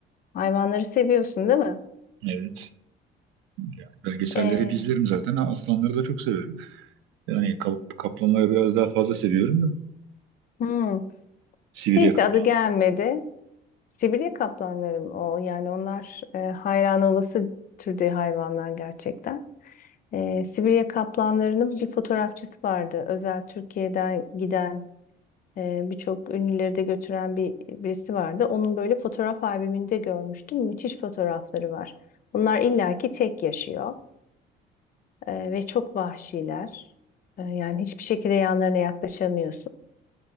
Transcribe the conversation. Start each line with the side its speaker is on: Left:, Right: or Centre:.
Left: Hayvanları seviyorsun değil mi?
Right: Evet. Yani belgeselleri
Left: Ee,
Right: hep izlerim zaten. Aslanları da çok severim. Yani kap- kaplanları biraz daha fazla seviyorum da.
Left: hmm.
Right: Sibirya
Left: Neyse
Right: kaplanları.
Left: adı gelmedi. Sibirya kaplanları o? Yani onlar e, hayran olası türde hayvanlar gerçekten. Ee, Sibirya kaplanlarının bir fotoğrafçısı vardı. Özel Türkiye'den giden e, birçok ünlüleri de götüren bir birisi vardı. Onun böyle fotoğraf albümünde görmüştüm. Müthiş fotoğrafları var. Bunlar illaki tek yaşıyor. Ee, ve çok vahşiler. Ee, yani hiçbir şekilde yanlarına yaklaşamıyorsun.